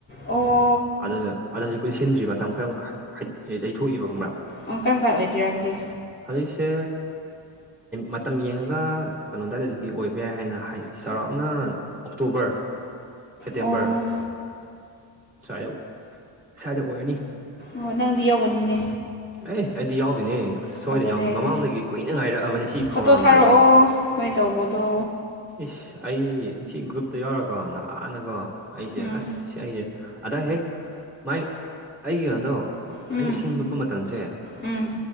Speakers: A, on the left (about 25°); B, in the centre.
A: ꯑꯣ
B: ꯑꯗꯨꯅ ꯑꯗꯨꯗꯣ ꯍꯧꯖꯤꯛꯄꯨꯗꯤ ꯁꯤꯟꯗ꯭ꯔꯤ ꯃꯇꯝ ꯈꯔ ꯌꯩꯊꯣꯛꯏꯕ ꯈꯪꯕ꯭ꯔꯥ
A: ꯑ ꯀꯔꯝ ꯀꯥꯏ ꯑꯣꯏꯗꯣꯏꯔꯥ ꯑꯗꯨꯗꯤ
B: ꯍꯧꯖꯤꯛꯁꯦ ꯃꯇꯝ ꯌꯦꯡꯉꯒ ꯀꯩꯅꯣ ꯑꯗꯨꯋꯥꯏꯗ ꯑꯗꯨꯗꯤ ꯑꯣꯏꯕ ꯌꯥꯏ ꯍꯥꯏꯅ ꯍꯥꯏ ꯆꯥꯎꯔꯥꯛꯅ ꯑꯣꯛꯇꯣꯕꯔ, ꯁꯦꯞꯇꯦꯝꯕꯔ
A: ꯑꯣ
B: ꯁ꯭ꯋꯥꯏꯗ ꯁ꯭ꯋꯥꯏꯗ ꯑꯣꯏꯒꯅꯤ
A: ꯑꯣ ꯅꯪꯗꯤ ꯌꯧꯕꯅꯤꯅꯦ
B: ꯑꯦ ꯑꯩꯗꯤ ꯌꯥꯎꯗꯣꯏꯅꯦ ꯑꯁ ꯁꯣꯏꯗꯅ
A: ꯑꯗꯨꯅꯦ
B: ꯌꯥꯎꯗꯅ
A: ꯑꯩꯁꯦ
B: ꯃꯃꯥꯡꯗꯒꯤ ꯀꯨꯏꯅ ꯉꯥꯏꯔꯛꯑꯕꯅꯤ ꯁꯤ
A: ꯐꯣꯇꯣ
B: ꯈꯧꯔꯥꯡꯅ
A: ꯊꯥꯔꯛꯑꯣ
B: ꯉꯥꯏꯔꯛꯏꯅꯦ꯫
A: ꯅꯣꯏ ꯇꯧꯕꯗꯣ
B: ꯏꯁ ꯑꯩ ꯁꯤ ꯒ꯭ꯔꯨꯞꯇ ꯌꯥꯎꯔꯀꯣ ꯅꯍꯥꯟꯅꯀꯣ ꯑꯩꯁꯦ
A: ꯎꯝ
B: ꯑꯁ ꯑꯩꯁꯦ ꯑꯗ ꯍꯦꯛ ꯃꯥꯏ <unintelligible> ꯅꯣꯗꯣ
A: ꯎꯝ
B: ꯑꯩꯅ ꯏꯁꯤꯡ ꯂꯨꯞꯄ ꯃꯇꯝꯁꯦ
A: ꯎꯝ